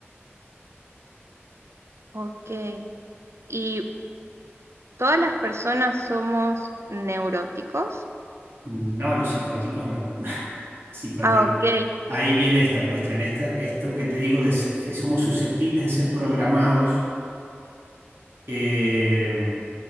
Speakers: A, on the right; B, on the right.
A: Ok. ¿Y todas las personas somos neuróticos?
B: No, los psicóticos no. <laughs> Psicóticos.
A: Ah, ok,
B: Ahí viene esta cuestión, esta, esto que te digo de s- que somos susceptibles de ser programados Eh,